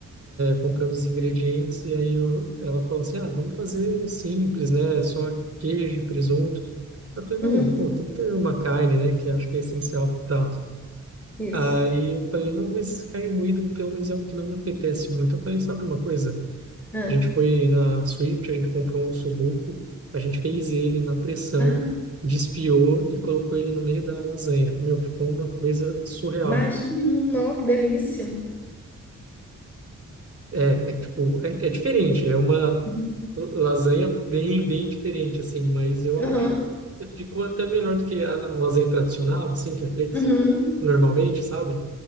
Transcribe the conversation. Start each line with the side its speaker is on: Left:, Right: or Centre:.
Right: comprando os ingredientes e aí eu, ela falou assim, ah, vamos fazer simples, né? Só queijo, e presunto. Eu falei, não,
Centre: uhum,
Right: pô, tem que ter uma carne, né? Que eu acho que é essencial pro prato.
Centre: isso.
Right: Aí eu falei, não, mas carne moída pelo menos é o que não me apetece muito. Eu falei, sabe de uma coisa?
Centre: Ah,
Right: A gente foi na Swift, a gente comprou um sudoku, a gente fez ele na pressão,
Centre: ah,
Right: desfiou e colocou ele no meio da lasanha. Meu, ficou uma coisa surreal.
Centre: imagino, não, que delícia.
Right: É, é tipo, é, é diferente, é uma
Centre: Uhum,
Right: Lasanha bem, bem diferente, assim, mas eu
Centre: uhum,
Right: acho que ficou até melhor do que a a lasanha tradicional, assim, que é feita
Centre: uhum.
Right: normalmente, sabe?